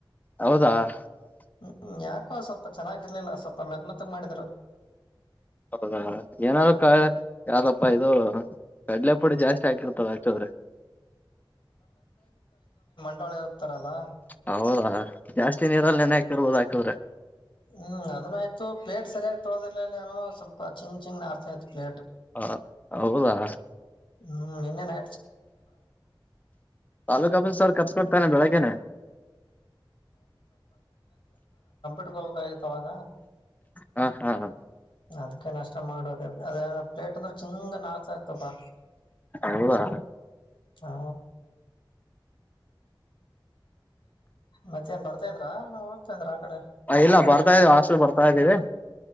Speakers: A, on the left; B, on the left.
A: ಹೌದಾ <unintelligible>
B: ಹ್ಮ್ ಯಾಕೋ ಸ್ವಲ್ಪ ಚೆನ್ನಾಗಿರ್ಲಿಲ್ಲ ಸ್ವಲ್ಪ ಮೆಕ್ ಮತ್ತಗ್ ಮಾಡಿದ್ರು
A: ಹೌದಾ ಏನಾದಾರರು ಕ ಯಾವ್ದಪ್ಪಾ ಇದು ಕಡಲೆ ಪುಡಿ ಜಾಸ್ತಿ ಹಾಕಿರ್ತಟವ್ರೆ
B: ಾಳೆ ಇರ್ತಾರಲ್ಲಾ
A: ಹೌದಾ ಜಾಸ್ತಿ ನೀರಲ್ಲಿ ನೆನೆ ಹಾಕ್ಿರ್ಬೋದು ಹಾಕವ್ರೆ
B: ಹ್ಮ್ ಅದನ ಆಯ್ತು ಪ್ಲೇಟ್ ಸರಿಯಾಗಿ ತೊಳೋದಿರ್ಲ ಏನೋ ಸ್ವಲ್ಪ ಚಿಂಗ್ ಚಿಂಗ ಆರ್ತ ಪ್ಲೇಟ್
A: ಹ ಹೌದಾ
B: ಹ್ಮ್ ನಿನ್ನೆ ನ
A: ತಾಲೂಕಪ್ಪ ಸರ್ ಕಷ್ಟತ ಬೆಳಗೆ
B: ಕ್ ಆಗತ್ತ ಅವಾಗ
A: ಹಾ ಹಾ ಹ
B: ಅದಕ್ಕೆ ನಷ್ಟ ಮಾಡೋದ ಅದ ಪ್ಲೇಟ್ ಅಂದ್ರೆ ಚಿಂಗ ನಡ್ತಾ ಇತಪ್ಪಾ
A: ಹೌದಾ
B: ಹಾ ಮತ್ತೆ ನ್ ಬರ್ತಾ ಇದ್ರ ನಾ ಹೋಗ್ತಂದ್ರ ಆ ಕಡೆ
A: ಇಲ್ಲ ಬರ್ತಾ ಇದೀವಿ ಅಷ್ಟು ಬರ್ತಾ ಇದ್ದೀವಿ